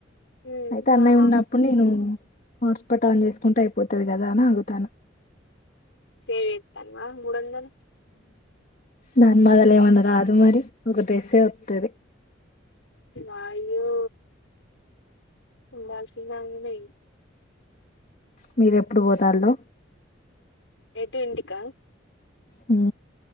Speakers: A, on the left; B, on the left.
A: ఉమ్
B: అయితే, అన్నయ్య
A: ఆ
B: ఉన్నప్పుడు నేను, హాట్స్పాట్ ఆన్ చేసుకుంటే, అయిపోతది కదా అని ఆగుతాన.
A: సేవ్ చేత్తాన్నవా మూడొందలు?
B: దానిమాదాలు ఏమన్నా రాదు మరి, ఒక డ్రెస్సే వత్తది.
A: వాయ్యో ఉండాల్సిన దానివే.
B: మీర్ ఎప్పుడు పోతాల్లో?
A: ఏటు ఇంటికా
B: హు